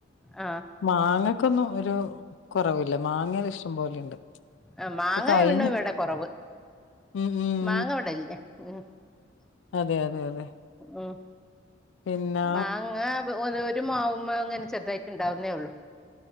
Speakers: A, in the centre; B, on the left (about 65°).
A: ആഹ്
B: മാങ്ങക്കൊന്നും ഒരു കൊറവില്ല മാങ്ങയെല്ലാം ഇഷ്ടം പോലെയുണ്ട്
A: ആ മാങ്ങ
B: ഇപ്പൊ കഴിഞ്ഞു
A: പിന്നെ ഇവിടെ കുറവ്
B: ഉം ഉം
A: മാങ്ങ ഇവിടെ ഇല്ല <unintelligible>
B: അതെ അതെ അതെ
A: ഉം
B: പിന്നാ
A: മാങ്ങ ഒരു മാവുമേ അങ്ങനെ ചെറുതായിട്ട് ണ്ടാവുന്നേ ഉള്ളൂ